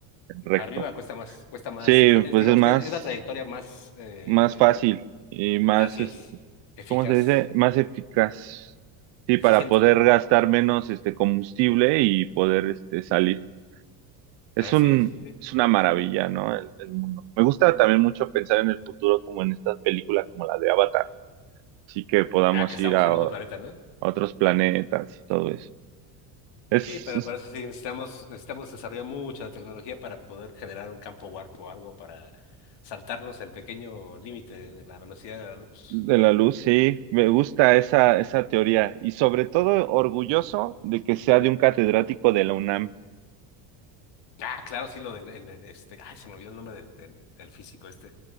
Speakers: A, on the right; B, on the left.
A: recto.
B: Arriba cuesta más, cuesta más,
A: Sí,
B: es, la- es-
A: pues
B: digamos
A: es más,
B: que es la trayectoria más, eh,
A: más fácil y más,
B: así
A: es-
B: es, eficaz,
A: ¿cómo se dice? Más eficaz. Sí,
B: eficiente.
A: para poder gastar menos este combustible y poder este salir. Es
B: Así
A: un,
B: es, sí.
A: es una maravilla, ¿no? El, el mundo. Me gusta también mucho pensar en el futuro como en estas películas como la de Avatar, así que podamos
B: Ya que estamos
A: ir a,
B: en otro
A: o-
B: planeta, ¿no?
A: a otros planetas y todo eso.
B: Sí, pero para eso sí necesitamos, necesitamos desarrollar mucho la tecnología para poder generar un campo warp o algo para saltarnos el pequeño límite de la velocidad de la luz.
A: De la luz, sí, me gusta esa, esa teoría y sobre todo orgulloso de que sea de un catedrático de la UNAM.
B: Ah, claro, sí, lo del el- el, este, ay, se me olvidó el nombre del, del, del físico este,